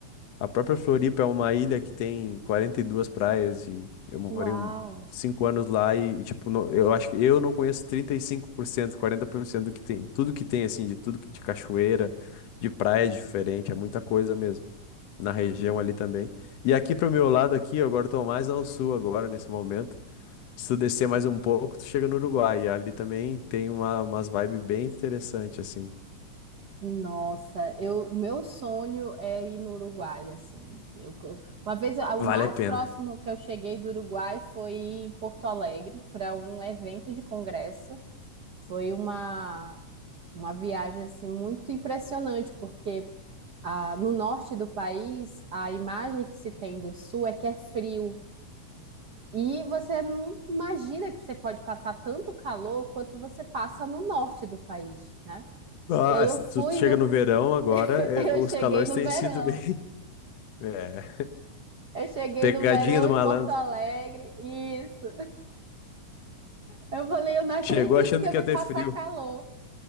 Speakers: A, on the left; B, on the right.
A: a própria Floripa é uma ilha que tem 42 praias e eu morei
B: Uau!
A: um, cinco anos lá e, e, tipo, não- eu acho que eu não conheço trinta e cinco por cento quarenta por cento do que tem, tudo que tem, assim, de tudo que- de cachoeira, de praia diferente, é muita coisa mesmo, na região ali também. E aqui pro meu lado aqui, eu agora tô mais ao sul agora, nesse momento. Se tu descer mais um pouco, tu chega no Uruguai e ali também tem uma, umas vibes bem interessantes, assim.
B: Nossa, eu, o meu sonho é ir no Uruguai, assim. Eu, eu- uma vez, a- o
A: Vale
B: mais
A: a pena.
B: próximo que eu cheguei do Uruguai foi em Porto Alegre para um evento de congresso. Foi uma, uma viagem assim muito impressionante, porque ah, no norte do país a imagem que se tem do sul é que é frio. E você não imagina que você pode passar tanto calor quanto você passa no norte do país, né?
A: Nossa,
B: E aí eu fui
A: tu chega
B: no
A: no verão agora,
B: <laughs>
A: é,
B: Eu
A: os
B: cheguei
A: calores
B: no
A: têm
B: verão.
A: sido bem. <laughs> É.
B: Eu cheguei
A: Pegadinha
B: no verão
A: do
B: em
A: malandro.
B: Porto Alegre, isso. Eu falei, eu não acredito
A: Chegou achando
B: que eu
A: que
B: vim
A: ia ter
B: passar
A: frio.
B: calor